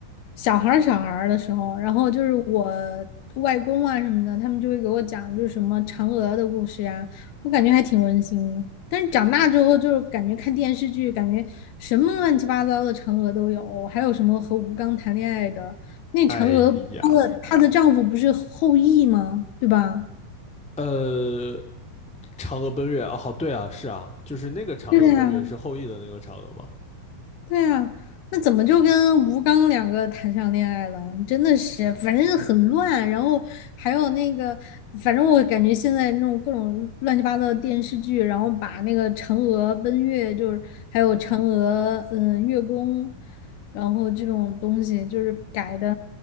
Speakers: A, on the left (about 85°); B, in the centre.
A: 小孩儿小孩儿的时候，然后就是我外公啊什么的，他们就会给我讲就是什么嫦娥的故事呀，我感觉还挺温馨的。但是长大之后，就是感觉看电视剧，感觉什么乱七八糟的嫦娥都有，还有什么和吴刚谈恋爱的，那嫦娥她的她的丈夫不是后羿吗？
B: 哎呀，
A: 对吧？
B: 呃。嫦娥奔月啊，好，对啊，是啊，就是那个嫦娥奔月是后羿的那个嫦娥吗？
A: 对的呀。对啊，那怎么就跟吴刚两个谈上恋爱了？真的是，反正很乱，然后还有那个，反正我感觉现在那种各种乱七八糟的电视剧，然后把那个嫦娥奔月，就是还有嫦娥嗯月宫，然后这种东西就是改的，